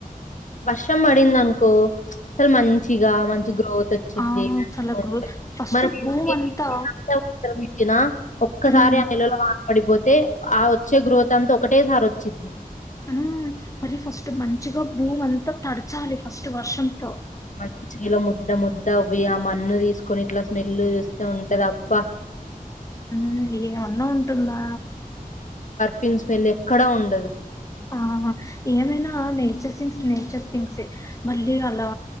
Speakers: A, on the left; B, on the left.
A: వర్షం బడింది అనుకో ప్చ్ సలు మంచిగా మంచి గ్రోత్ వచ్చిద్ది
B: ఆ
A: <unintelligible>
B: చాలా గ్రోత్ ఫస్ట్ భూమి అంతా
A: ఒక్కసారి
B: ఉమ్
A: ఆ <unintelligible> పడిపోతే ఆ వచ్చే గ్రోత్ అంతా ఒకటేసారి వచ్చిద్ది
B: మ్మ్ మరి ఫస్ట్ మంచిగా భూమి అంతా తడచాలి ఫస్ట్ వర్షంతో
A: మంచిగలో ముద్ద ముద్ద అవ్వి ఆ మన్ను తీసుకొని ఇట్లా స్మెల్ చూస్తూ ఉంటంది అబ్బా
B: మ్ ఏవన్నా ఉంటుందా
A: పిన్స్ మెల్ ఎక్కడ ఉండదు
B: ఆహా ఏమైనా నేచర్ థింగ్స్ నేచర్ థింగ్సే మళ్ళీ అలా